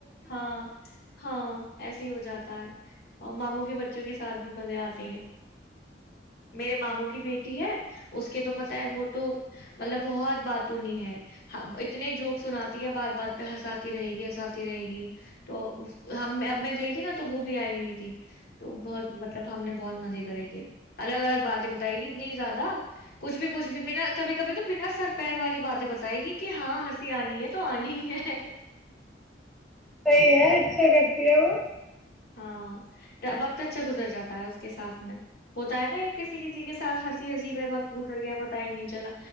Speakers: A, on the left; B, in the centre.
A: ہاں ہاں ایسے ہی ہو جاتا ہے اور ماموں کے بچوں کے ساتھ بھی مزے آتے ہیں میرے ماموں کی بیٹی ہے اس کے تو پت ہے وہ تو مطلب بہت باتنی ہے اتنے جوک سناتی ہے بات بات پہ ہنساتی رہے گی ہنساتی رہے گی تو اس ہم اب میں گئی تھی نا تو وہ بھی آئی ہوئی تھی تو بہت مطلب ہم نے بہت مزے کرے تھے الگ الگ باتیں بتائی گی اتنی زیادہ کچھ بھی کچھ بھی بنا کبھی کبھی تو بنا سر پیر والی باتیں بتائے گی کہ ہاں ہنسی آنی ہے تو آنی ہے
B: صحیح ہے اچھا کر کیا ہو
A: ہاں وقت اچھا گزر جاتا ہے اس کے ساتھ میں ہوتا ہے نا یہ کسی کسی کے ساتھ ہنسی ہنسی میں وقت گزر گیا پتا ہی نہیں چلا